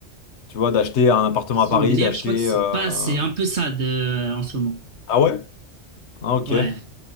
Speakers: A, on the left; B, on the right.
A: Tu vois, d'acheter un appartement
B: Actions
A: à Paris,
B: immobilières,
A: d'acheter.
B: je crois que c'est
A: euh,
B: pas, c'est un peu ça de, en ce moment.
A: Ah ouais? Ah ok.
B: Ouais.